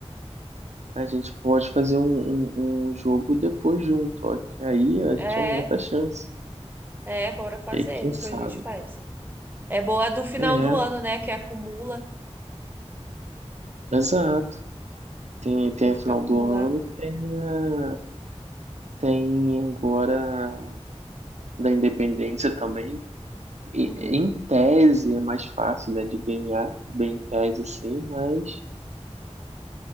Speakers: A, on the right; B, on the right.
A: A gente pode fazer um, um, um jogo depois junto, ó, que aí a
B: É,
A: gente aumenta a chance.
B: é, bora fazer,
A: E aí, quem
B: depois
A: sabe?
B: a gente faz. É boa do final
A: É,
B: do ano, né? Que acumula,
A: exato. Tem, tem
B: né?
A: a
B: Fica
A: final
B: acumular.
A: do ano e tem, a, tem agora a da Independência também. E,
B: Uhum.
A: em tese é mais fácil, né, de ganhar, bem em tese sim, mas